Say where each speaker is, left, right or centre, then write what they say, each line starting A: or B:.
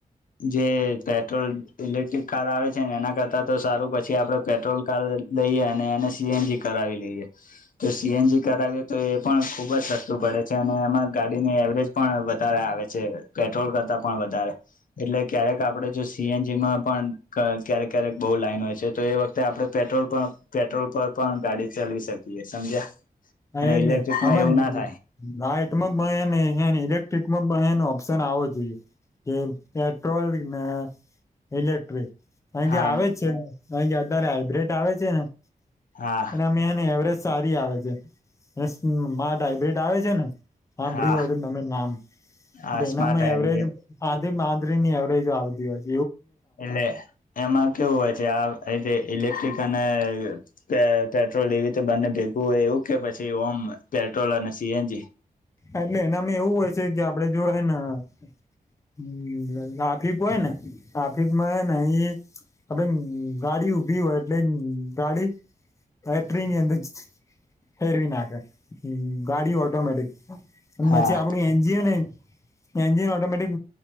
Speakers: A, on the left; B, on the left.
A: જે પેટ્રોલ ઇલેક્ટ્રિક કાર આવે છે ને એના કરતા તો સારું પછી આપડે પેટ્રોલ કાર લઈએ અને એને સી એન જી કરાવી લઈએ તો સી એન જી કરાવીએ તો એ પણ ખુબ જ સસ્તું પડે છે અને એમાં ગાડીની એવરેજ પણ વધારે આવે છે, પેટ્રોલ કરતા પણ વધારે એટલે ક્યારેક આપડે જો સી એન જી માં પણ કા ક્યારેક ક્યારેક બોવ લાઈન હોય છે તો એ વખતે આપણે પેટ્રોલ પણ પેટ્રોલ પર પણ ગાડી ચલવી શકીએ સમજ્યા
B: હા
A: અને
B: એજને
A: ઇલેક્ટ્રિકમાં
B: અમે
A: એવું ના થાય
B: નાઈટમાં મયે મેં હેંને ઇલેક્ટ્રિકમાં પણ એનો ઓપ્શન આવવો જોઈએ કે પેટ્રોલને ઇલેક્ટ્રિક કાયકે
A: હા
B: આવે જ છે કાયકે અતારે હાઈબ્રિડ આવે છે ને
A: હા
B: અને એમેને એવરેજ સારી આવે છે. <unintelligible> આવે છે ને હાંભળ્યુ
A: હા
B: હોય તો તમે નામ
A: આ
B: તો
A: સ્માર્ટ
B: એનામાં
A: હાઈબ્રિડ
B: એવરેજ આ એ માંદરીની એવરેજ આવતી હોય છ
A: એટલે એમાં કેવું હોય છે આ ઇલેક ટ્રીક અને અ પે પેટ્રોલ એવી રીતે બંને ભેગું હોય એવું કે પછી ઓમ પેટ્રોલ અને સી એન જી
B: એટલે એનામાં એવું હોય છે કે આપડે જો હેન હમ્મ ટ્રાફિક હોય ને ટ્રાફિકમાં હેને ઈ આપડે ગાડી ઉભી હોય એટલે ગાડી ફેક્ટરીની અંદર ફેરવી નાંખે હ ગાડી ઓટોમેટિક અને
A: હા
B: પછી આપડું એનજીઓ ને એનજીન ઓટોમેટિક